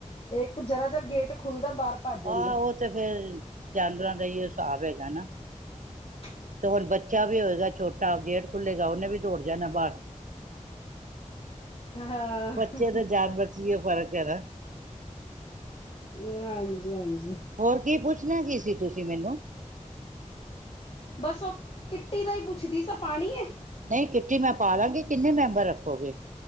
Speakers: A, on the left; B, on the right.
A: ਇੱਕ ਜ਼ਰਾ ਜਾ ਗੇਟ ਖੁੱਲਦਾ ਬਾਹਰ ਭੱਜ ਜਾਂਦਾ
B: ਆਹ ਉਹ ਤੇ ਫਿਰ ਜਾਨਵਰਾਂ ਦਾ ਹੀ ਹਿਸਾਬ ਹੈਗਾ ਨਾ
A: ਹ
B: ਤੇ ਹੁਣ ਬੱਚਾ ਵੀ ਹੋਏਗਾ ਛੋਟਾ ਗੇਟ ਖੁੱਲੇਗਾ ਉਹਨੇ ਵੀ ਦੌੜ ਜਾਣਾ ਬਾਹਰ
A: ਹਾਂ ਹਾਂਜੀ
B: ਬੱਚੇ ਤੇ ਜਾਨਵਰ ਚ ਹੀ ਫ਼ਰਕ ਹੈ ਨਾ
A: ਹਾਂਜੀ ਹਾਂਜੀ
B: ਹੋਰ ਕੀ ਪੁੱਛਣਾ ਕੀ ਸੀ ਤੁਸੀਂ ਮੈਨੂੰ
A: ਬਸ ਉਹ ਕਿੱਟੀ ਦਾ ਹੀ ਪੁੱਛਦੀ ਸ ਪਾਣੀ ਹੈ।
B: ਨਹੀਂ ਕਿੱਟੀ ਮੈਂ ਪਾ ਲਾਂਗੀ ਕਿੰਨੇ ਮੈਂਬਰ ਰੱਖੋਗੇ